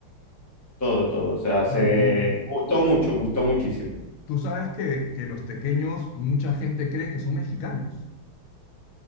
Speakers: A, on the left; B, on the left.
A: todo, todo. O sea, se
B: No, también. eh,
A: gustó mucho, gustó muchísimo.
B: Tú sabes que, que los tequeños, mucha gente cree que son mexicanos.